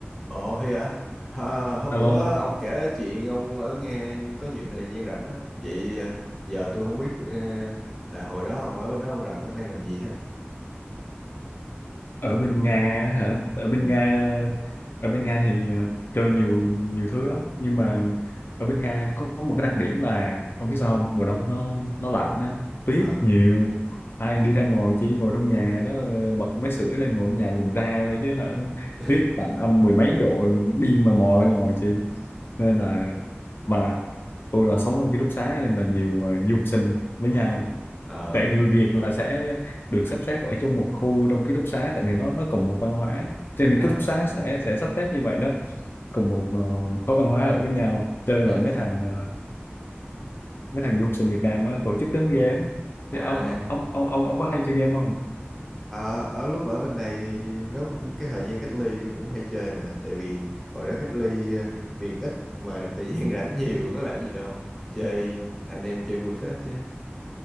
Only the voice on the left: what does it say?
Alo,
ở bên Nga á hả? Ở bên
Nga, ở bên Nga thì ờ, chơi nhiều nhiều thứ lắm, nhưng mà ở bên Nga có một cái đặc điểm là ông biết sao không? Mùa đông nó nó lạnh á, tuyết
nhiều. Ai đi ra ngồi chỉ ngồi trong nhà đó ờ, bật máy sưởi lên ngồi trong nhà nhìn ra thôi chứ hả?
Tuyết lạnh âm mười mấy độ đi mà mò ra ngồi chị. Nên là mà tôi là sống trong ký túc xá nên là nhiều ờ, du học sinh với nhau
tại người Việt là sẽ được sắp xếp ở trong một khu trong ký túc xá tại vì nó nó cùng một văn hóa cho nên
ký túc xá sẽ sẽ sắp xếp như vậy đó cùng một ờ, khối văn hóa ở với nhau cho nên
là
mấy thằng ờ, mấy thằng du học sinh Việt Nam á, tổ chức đánh game
thì ông ông ông ông ông có hay chơi game không